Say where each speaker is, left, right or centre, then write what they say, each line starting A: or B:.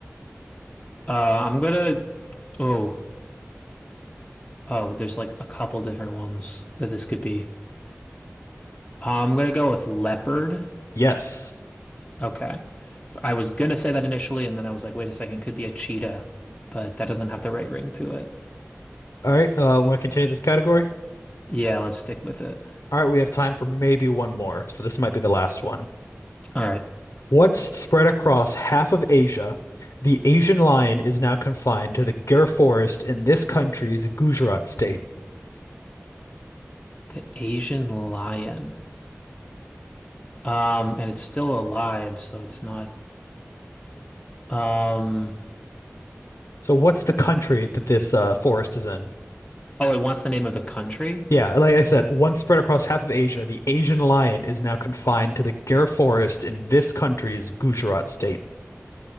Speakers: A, on the left (about 20°); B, on the left (about 75°).
A: Uh, I'm gonna Oh, Oh, there's like a couple different ones that this could be. I'm gonna go with leopard.
B: Yes.
A: Okay. F- I was gonna say that initially, and then I was like, wait a second, could be a cheetah, but that doesn't have the right ring to it.
B: All right. Uh, want to continue this category?
A: Yeah, let's stick with it.
B: All right. We have time for maybe one more, so this might be the last one.
A: All right.
B: Once spread across half of Asia, the Asian lion is now confined to the Gir forest in this country's Gujarat state.
A: The Asian lion. Um, and it's still alive, so it's not um
B: So, what's the country that this uh, forest is in?
A: oh, it wants the name of the country?
B: Yeah, like I said, once spread across half of Asia, the Asian lion is now confined to the Gir forest in this country's Gujarat state.